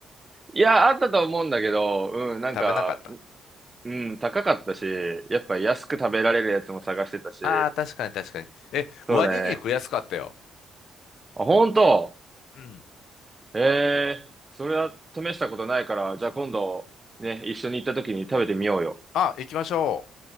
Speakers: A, on the right; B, on the left.
A: いや、あったと思うんだけど、うん、なんか、
B: 食べなかった。
A: うん、高かったし、やっぱ安く食べられるやつも探してたし、
B: ああー、確かに確かに。え、
A: そうね。
B: ワニ肉安かったよ。
A: あ、本当
B: うん。
A: ええーそれは試したことないから、じゃあ今度、ね、一緒に行った時に食べてみようよ。
B: あ、行きましょう。